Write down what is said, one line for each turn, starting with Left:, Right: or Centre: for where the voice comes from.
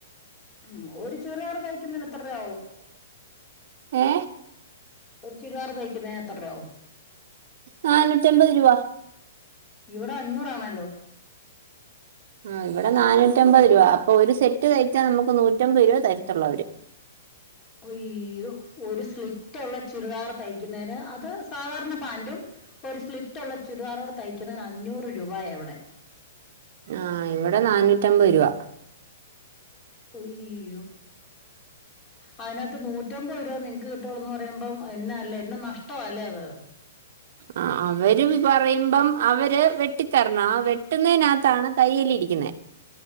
Left: ഉം ഒരു ചുരിദാർ തയ്ക്കുന്നതിന് എത്ര രൂപയാവും
Right: ഏ
Left: ഒരു ചുരിദാർ തൈ ക്കുന്നതിന് എത്രാരൂബയാ വും
Right: നാനൂറ്റി അമ്പത് രൂപ
Left: ഇവിടെ അഞ്ഞൂറാണല്ലോ
Right: ആ ഇവിടെ നാനൂറ്റമ്പത് രൂപ അപ്പൊ ഒരു സെറ്റ് തയ്ച്ചാ നമുക്ക് നൂറ്റമ്പത് രൂപ തരത്തുള്ളൂ അവര്
Left: അയ്യോ ഒരു സ്ലി ത്തുള്ള ചുരിദാർ തയ്ക്കുന്നതിന് അത് സാധാരണ പാന്റും ഒരു സ്ലിപ്പ റ്റുള്ള ചുരിദാറോട് തയ്ക്കുന്നതിന് അഞ്ഞൂറ് രൂപയ അവിടെ
Right: ആഹ ഇവിടെ നന്നൂറ്റമ്പത് രൂപ
Left: അയ്യോ അതിനകത്ത് നൂറ്റി - നൂറ്റാത്തമ്പതു നിങ്ങക്ക് കിട്ടുള്ളൂന്ന് പറയുമ്പം എന്ന അല്ലെ എന്ന നഷ്ടം അല്ലേ അത്
Right: ആ അവര് പറയുമ്പം അവര് വെട്ടിത്തരണം ആ വെട്ടുന്നതിനകത്താണ് തയ്യല് ഇരിക്കുന്നത്